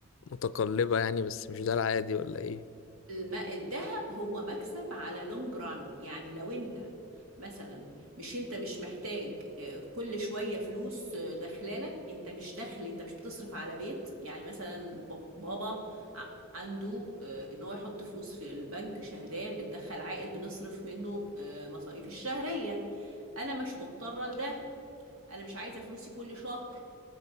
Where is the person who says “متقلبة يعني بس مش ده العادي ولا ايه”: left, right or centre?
Left